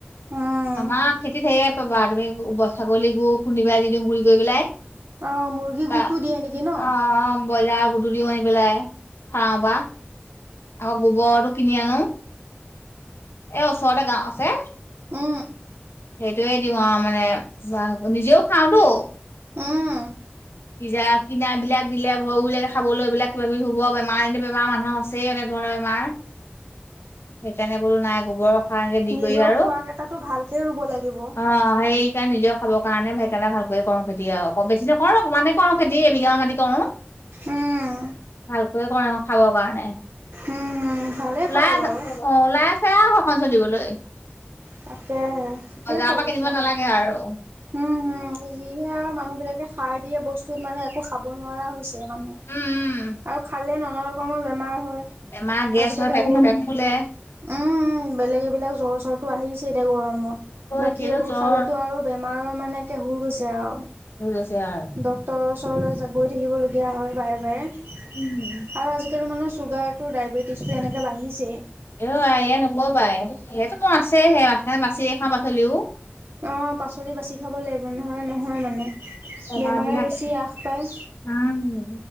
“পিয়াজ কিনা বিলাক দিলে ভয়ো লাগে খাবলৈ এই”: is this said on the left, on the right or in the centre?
Left